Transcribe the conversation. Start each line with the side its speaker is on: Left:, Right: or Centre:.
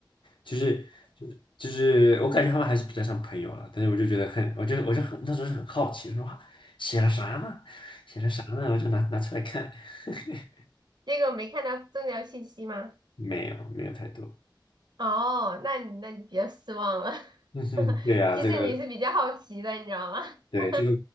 Left: 就是就就是我感觉他们还是比较像朋友了，但是我就觉得很，我就我就很那时候是很好奇，说哇写了啥呢？写了啥呢？我就拿拿出来看，<laughs>
Right: 结果没看到重要信息吗？
Left: 没有没有太多，
Right: 哦，那你那你比较失望了。
Left: <laughs> 嗯哼，
Right: <laughs>
Left: 对呀、
Right: 其实你是比较好奇的，
Left: 这个
Right: 你知道吗？<laughs>
Left: 对这个